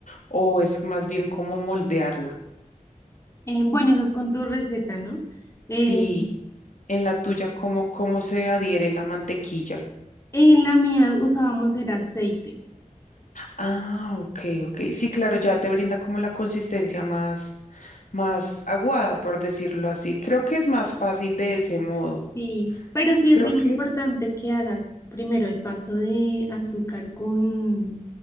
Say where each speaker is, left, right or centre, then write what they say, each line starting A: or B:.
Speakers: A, on the left; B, on the left.
A: ¿O es más bien como moldearla?
B: Eh, bueno, esa es con tu receta, ¿no? Eh,
A: Sí, en la tuya, ¿cómo, cómo se adhiere la mantequilla?
B: en la mía usábamos el aceite.
A: Ah, ok, ok. Sí, claro, ya te brinda como la consistencia más, más aguada, por decirlo así. Creo que es más fácil de ese modo.
B: Sí, pero sí
A: Creo
B: es bien
A: que...
B: importante que hagas primero el paso de azúcar con,